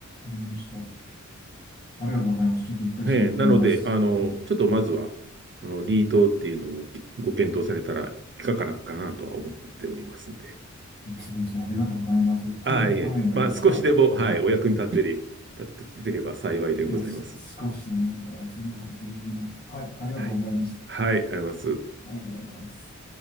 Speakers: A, on the left; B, on the right.
A: りました。ありがとうございます。ちょっと一回調べてみます。
B: ええ、なので、あの、
A: うん、
B: ちょっとまずは、その、リートっていうのをご検討されたらいかがかなとは思っておりますんで。
A: いつもいつもありがとうございます。大変ためになりました。
B: ああ、いえ、まあ、少しでも、はい、お役に立ってれ、立ててれば幸いでございます。
A: いや、す少しでも、そんなこと全然ないです。はい、ありがとうございました。
B: はい。はい、あります。
A: ありがとうございます。